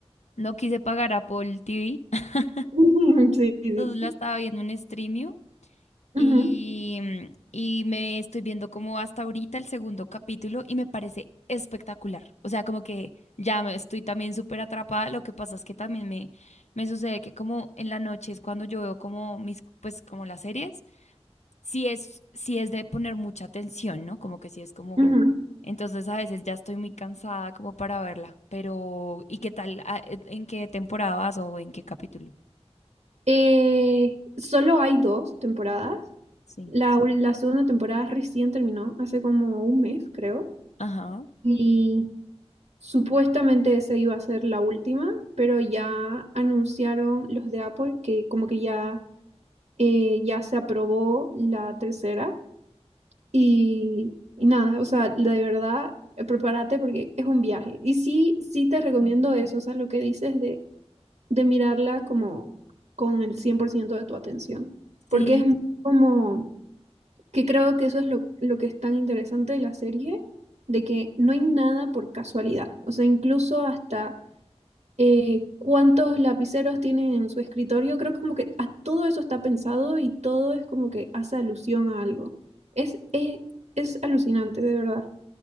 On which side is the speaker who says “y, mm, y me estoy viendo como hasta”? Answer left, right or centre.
Left